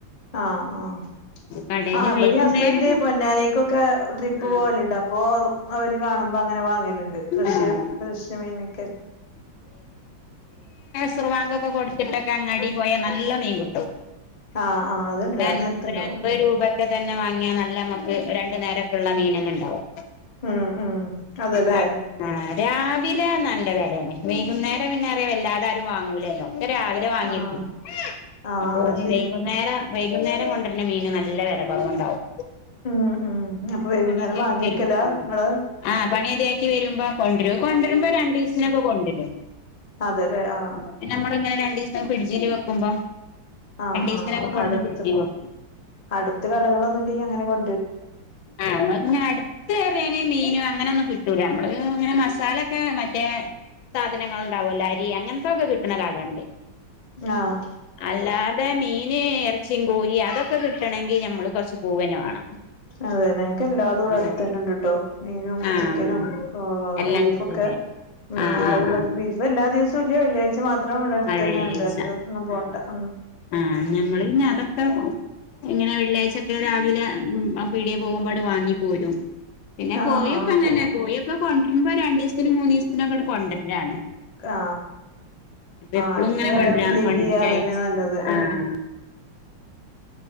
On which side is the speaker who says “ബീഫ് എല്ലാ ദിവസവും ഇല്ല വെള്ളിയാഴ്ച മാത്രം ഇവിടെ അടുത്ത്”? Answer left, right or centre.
Left